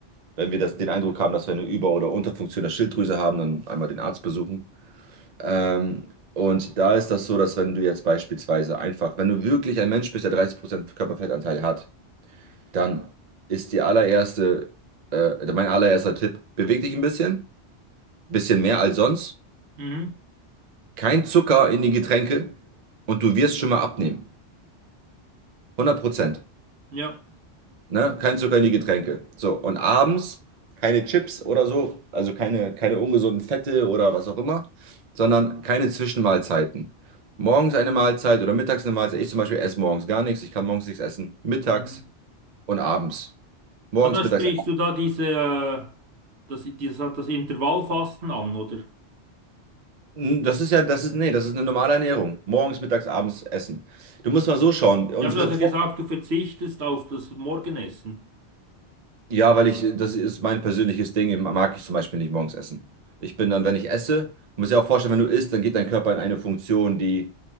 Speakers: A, on the right (about 45°); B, on the right (about 65°).
A: Wenn wir das, den Eindruck haben, dass wir eine Über- oder Unterfunktion der Schilddrüse haben, dann einmal den Arzt besuchen. Ähm, und da ist das so, dass wenn du jetzt beispielsweise einfach, wenn du wirklich ein Mensch bist, der 30% Körperfettanteil hat, Dann ist die allererste, äh, mein allererster Tipp, beweg dich ein bisschen, bisschen mehr als sonst.
B: Mhm.
A: Kein Zucker in die Getränke und du wirst schon mal abnehmen. hundert Prozent.
B: Ja.
A: Ne? Kein Zucker in die Getränke. So, und abends keine Chips oder so, also keine, keine ungesunden Fette oder was auch immer, sondern keine Zwischenmahlzeiten. Morgens eine Mahlzeit oder mittags eine Mahlzeit. Ich zum Beispiel esse morgens gar nichts. Ich kann morgens nichts essen. Mittags
B: Mhm.
A: und abends. Morgens,
B: Ah, da
A: mittags.
B: sprichst du da diese, äh, das, dieses, das Intervallfasten an, oder?
A: N- Das ist ja, das ist, nee, das ist eine normale Ernährung. Morgens, mittags, abends essen. Du musst mal so schauen. Unsere
B: Ja, aber du hast
A: Vor
B: ja so gesagt, du verzichtest auf das Morgenessen.
A: Ja, weil ich, das ist mein persönliches Ding, mag ich zum Beispiel nicht morgens essen. Ich bin dann, wenn ich esse, muss ja auch vorstellen, wenn du isst, dann geht dein Körper in eine Funktion, die,